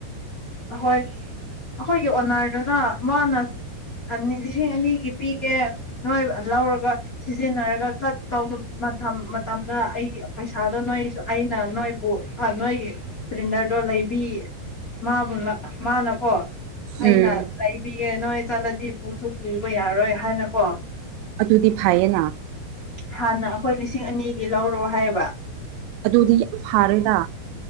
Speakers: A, on the left (about 25°); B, on the right (about 85°).
A: ꯑꯍꯣꯏ ꯑꯩꯈꯣꯏꯒꯤ ꯑꯣꯅꯔꯗꯨꯅ ꯃꯥꯅ ꯑꯅꯤ ꯂꯤꯁꯤꯡ ꯑꯅꯤꯒꯤ ꯄꯤꯒꯦ ꯅꯣꯏ ꯂꯧꯔꯒ ꯁꯤꯖꯤꯟꯅꯔꯒ ꯆꯠꯇꯧꯕ ꯃꯇꯝ ꯇꯝꯗ ꯑꯩ ꯄꯩꯁꯥꯗꯣ ꯅꯣꯏ ꯑꯩꯅ ꯅꯣꯏꯕꯨ ꯅꯣꯏꯒꯤ ꯁꯤꯂꯤꯟꯗꯔꯗꯣ ꯂꯩꯕꯤ ꯃꯥꯕꯨ ꯃꯥꯅꯀꯣ ꯑꯩꯅ
B: ꯎꯝ
A: ꯂꯩꯕꯤꯌꯦ ꯅꯣꯏ ꯆꯠꯂꯗꯤ ꯄꯨꯁꯨ ꯄꯨꯕ ꯌꯥꯔꯣꯏ ꯍꯥꯏꯅꯀꯣ
B: ꯑꯗꯨꯗꯤ ꯐꯩꯌꯦꯅ
A: ꯍꯥꯟꯅ ꯑꯩꯈꯣꯏ ꯂꯤꯁꯤꯡ ꯑꯅꯤꯒꯤ ꯂꯧꯔꯣ ꯍꯥꯏꯌꯦꯕ
B: ꯑꯗꯨꯗꯤ ꯌꯥꯝ ꯐꯥꯔꯦꯅ